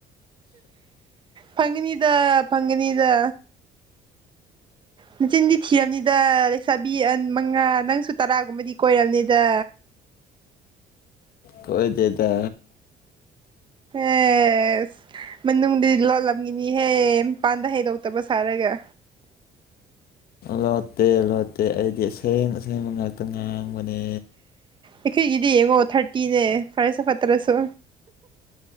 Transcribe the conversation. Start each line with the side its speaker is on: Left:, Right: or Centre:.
Right: ꯐꯪꯅꯤꯗ ꯐꯪꯅꯤꯗ ꯃꯆꯤꯟꯗꯤ ꯊꯤꯔꯕꯝꯅꯤꯗ ꯂꯩꯁꯥꯕꯤ ꯃꯉꯥ ꯅꯪꯁꯨ ꯇꯔꯥꯒꯨꯝꯕꯗꯤ ꯀꯣꯏꯔꯕꯅꯤꯗ
Left: ꯀꯣꯏꯗꯗꯥ
Right: ꯑꯦ ꯃꯅꯨꯡꯗꯤ ꯂꯣꯜꯂꯝꯈꯤꯅꯤꯍꯦ ꯃꯄꯥꯟꯗ ꯍꯩꯗꯣꯛꯇꯕ ꯁꯥꯔꯒ
Left: ꯂꯣꯠꯇꯦ ꯂꯣꯠꯇꯦ ꯑꯩꯗꯤ ꯑꯁꯦꯡ ꯑꯁꯦꯡꯕ ꯉꯥꯛꯇ ꯉꯥꯡꯕꯅꯦ
Right: ꯑꯩꯈꯣꯏꯒꯤꯗꯤ ꯌꯦꯡꯉꯣ ꯊꯥꯔꯇꯤꯅꯦ ꯐꯔꯦꯁꯨ ꯐꯠꯇ꯭ꯔꯁꯨ